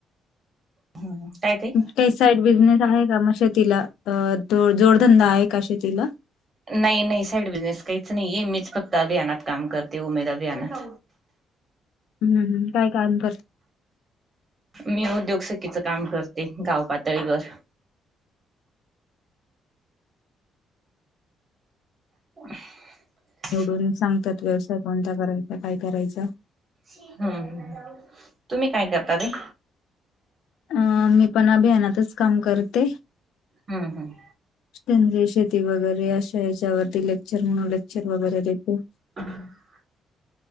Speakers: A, on the right (about 35°); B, on the left (about 80°).
A: हम हम काय ताई?
B: काही साईड बिझनेस आहे का मग शेतीला? अ जोडधंदा आहे का शेतीला?
A: नाही नाही साईड बिझनेस काहीच नाहीये. मीच फक्त अभियानात काम करते उमेदा अभियानात.
B: हम्म हम. काय काम कर
A: मी उद्योगसखीचं काम करते गाव पातळीवर. <inaudible>
B: निवडून सांगतात. व्यवसाय कोणता करायचा. काय करायचा.
A: हम्म हम् तुम्ही काय करता रे?
B: अ मी पण अभियानातच काम करते.
A: हम हम.
B: तेनले शेती वगैरे अशा याच्यावरती लेक्चर म्हणून लेक्चर वगैरे देते.
A: <unintelligible>